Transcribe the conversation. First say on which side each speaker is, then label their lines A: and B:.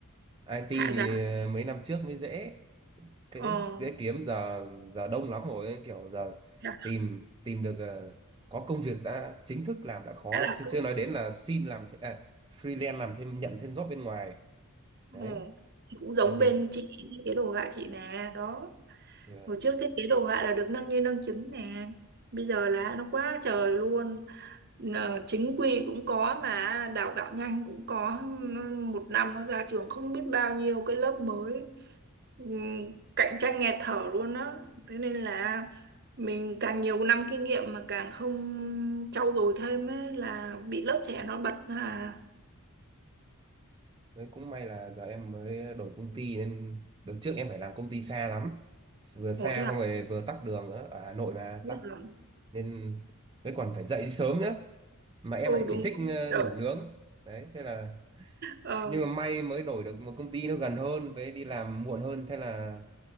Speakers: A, on the right (about 20°); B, on the right (about 45°).
A: IT
B: Hạ
A: thì
B: giá.
A: mấy năm trước mới dễ dễ
B: Ờ,
A: dễ kiếm giờ giờ đông lắm rồi kiểu giờ
B: hạ
A: tìm tìm được ờ, có công việc đã chính thức làm đã khó
B: hạ là
A: rồi, chứ
B: tốt.
A: chưa nói đến là xin làm th- à, freelance làm thêm nhận thêm job bên ngoài đấy
B: Ừ. Thì cũng giống
A: nên nhờ
B: bên chị thiết kế đồ họa chị nè đó
A: vâng.
B: hồi trước thiết kế đồ họa là được nâng như nâng chứng nè bây giờ là nó quá trời luôn Nờ, chính quy cũng có mà đào tạo nhanh cũng có Nó- một năm nó ra trường không biết bao nhiêu cái lớp mới Ừm, cạnh tranh nghẹt thở luôn á thế nên là mình càng nhiều năm kinh nghiệm mà càng không trau dồi thêm ấy, là bị lớp trẻ nó bật à
A: Đấy, cũng may là giờ em mới đổi công ty nên đợt trước em phải làm công ty xa lắm vừa xa
B: ồ thế nào
A: xong rồi vừa tắc đường nữa ở Hà Nội mà
B: biết
A: tắc
B: rồi
A: nên mới còn phải dậy sớm nữa mà em
B: Ừ
A: lại chỉ
B: đúng
A: thích
B: rồi.
A: ờ,
B: Đỡ.
A: ngủ nướng đấy thế là
B: Ờ,
A: nhưng mà may mới đổi được một công ty nó gần hơn với đi làm muộn hơn thế là